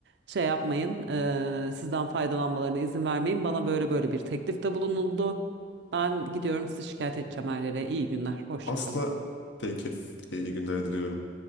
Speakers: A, on the right; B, on the left.
A: şey yapmayın. E, sizden faydalanmalarına izin vermeyin. Bana böyle böyle bir teklifte bulunuldu. Ben gidiyorum sizi şikayet edeceğim her yere. İyi günler. Hoşça
B: asla
A: kalın.
B: peki e, iyi günler diliyorum.